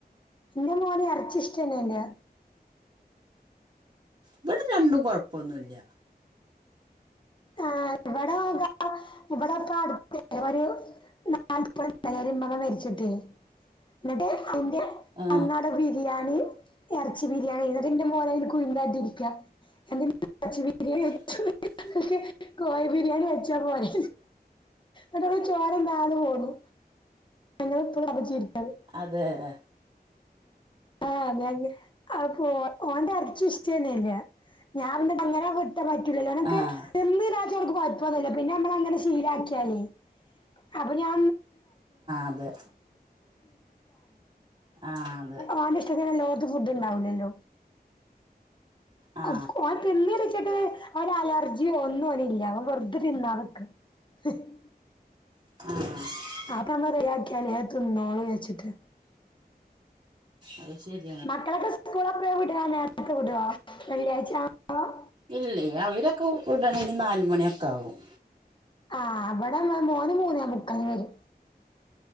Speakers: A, on the left (about 30°); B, on the right (about 40°).
A: എന്റെ മോന് എറച്ചി ഇഷ്ടന്നെല്ല
B: ഇവിടെ രണ്ടും കൊഴപ്പോന്നുല്ല്യ
A: ആഹ് ഇവിടെ ഗാ ഇവിടെപ്പ അടുത്തല്ലെ വരൂ <unintelligible> മകൻ മരിച്ചിട്ട് എന്നിട്ട് അതിന്റെ
B: ആ
A: അന്നാടെ ബിരിയാണീം എറച്ചി ബിരിയാണി എന്നിട്ടന്റെ മോളയില് കുഴിന്താട്ടി ഇരിക്ക <unintelligible> എറച്ചി ബിരിയാണി വെ
B: <inaudible>
A: <unintelligible> കോഴി ബിരിയാണി വെച്ചാ പോരെ അതവളു ചോറുണാണ്ടു പോന്നു ഞങ്ങളപ്പളും പറഞ്ഞ് ചിരിക്കത്
B: അതെ ഏഹ്
A: അതെങ്കി അപ്പൊ ഓൽ ഓന്റെ എറച്ചി ഇഷ്ടന്നെല്ല ഞാൻ നിട്ടങ്ങനാങ്ങു <unintelligible>
B: ആ ആ
A: കൊഴപൊന്നുല പിന്നെ നമ്മളങ്ങെ ശീലക്കിയാലേ അപ്പൊ ഞാ
B: അതെ ആ അതെ
A: ഒ <unintelligible> <unintelligible> ഫുഡ്ണ്ടാവുല്ലല്ലോ
B: ആ
A: അവൻ തിന്ന് വച്ചിട്ട് അവന് അലർജിയോ ഒന്നും അവന് ഇല്ല അവൻ വെറുതെ തിന്നാ നിക്ക. <unintelligible>
B: ആഹ്
A: <unintelligible> തിന്നോളും വെച്ചിട്ട്.
B: അത് ശരി.
A: മക്കളൊക്കെ സ്കൂളെ പയ വിടുക നേരത്തെ വിടുവാ വെള്ളിയാഴ്ച? ആവുമ്പോ
B: ഇലെയ് അവരൊക്കെ വിടണെങ്കിൽ നാല്മണിയൊക്കെ ആകും.
A: ആഹ് ഇവിടെ മോന് മൂന്നെ മുക്കാൽ വരെ